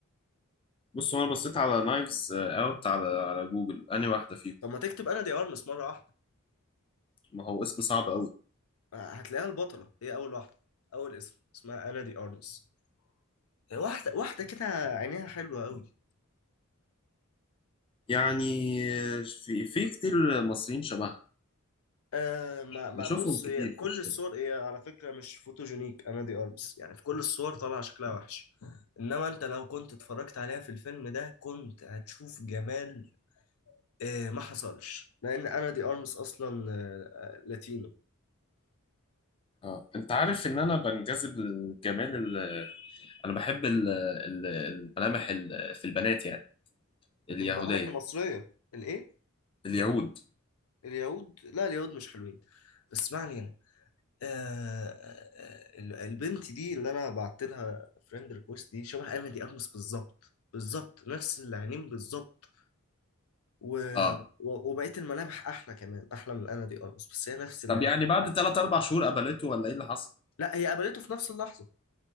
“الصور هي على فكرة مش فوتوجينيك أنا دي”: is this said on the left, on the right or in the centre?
Left